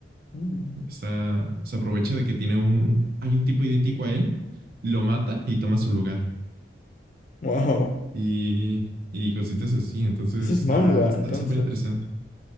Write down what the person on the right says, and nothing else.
Está- se aprovecha de que tiene un, un- hay un tipo idéntico a él, lo mata y toma su lugar.
Y, y cositas así, entonces
está,
está
súper interesante.